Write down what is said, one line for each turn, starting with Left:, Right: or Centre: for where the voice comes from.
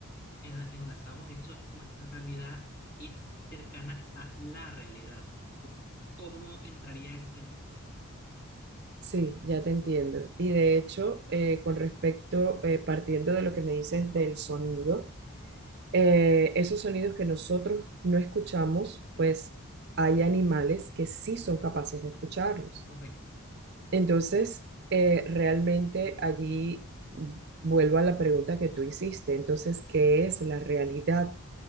Left: eh, enlazado con eso, nuestra realidad es cercana a la realidad? ¿O cómo entraría eso allí?
Right: Sí, ya te entiendo. Y de hecho, eh, con respecto, eh, partiendo de lo que me dices del sonido, eh, esos sonidos que nosotros no escuchamos, pues hay animales que sí son capaces de escucharlos.
Left: Correcto.
Right: Entonces, eh, realmente allí mm, vuelvo a la pregunta que tú hiciste. Entonces, ¿qué es la realidad?